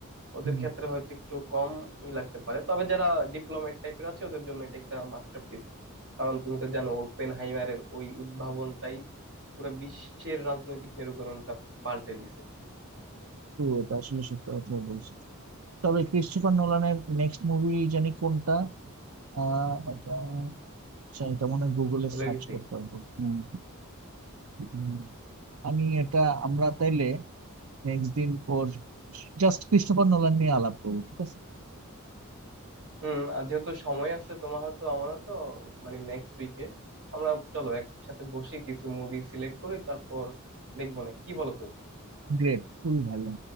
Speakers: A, on the right (about 60°); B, on the right (about 80°).
A: ওদের
B: হুম,
A: ক্ষেত্রে হয়তো একটু কম ই লাগতে পারে তবে যারা ডিপ্লোমেট টাইপের আছে ওদের জন্য এটা একটা মাস্টারপিস কারণ তুমি তো জানো ওপেনহাইমারের ওই উদ্ভাবনটাই পুরো বিশ্বের রাজনৈতিক মেরুকরণটা পাল্টে দিছে
B: তো এটা আসলে সত্যি কথা বলছি তবে ক্রিস্টোফার নোলানের নেক্সট মুভি জানি কোনটা আহ আচ্ছা এটা মনে হয় গুগলে
A: ভুলে
B: সার্চ
A: গেছি
B: করতে হবে হুম। হুম। আমি এটা আমরা তাইলে নেক্সট দিন ওর জাস্ট ক্রিস্টোফার নোলান নিয়ে আলাপ করবো ঠিক আছে
A: হুম আর যেহেতু সময় আছে তোমার হয়তো আমারও তো মানে নেক্সট উইকে আমরা চলো একসাথে বসে কিছু মুভি সিলেক্ট করি তারপর দেখবো না কি বলো তুমি
B: গ্রেট খুবই ভালো